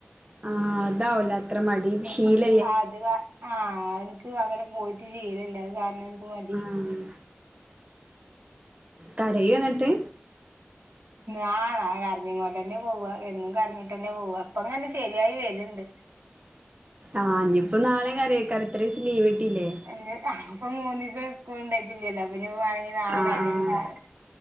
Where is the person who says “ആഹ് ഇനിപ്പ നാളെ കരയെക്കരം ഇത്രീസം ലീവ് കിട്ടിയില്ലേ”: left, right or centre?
Right